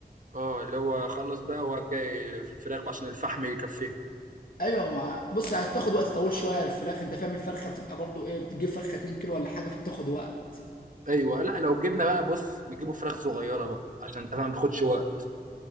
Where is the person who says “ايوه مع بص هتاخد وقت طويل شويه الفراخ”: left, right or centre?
Left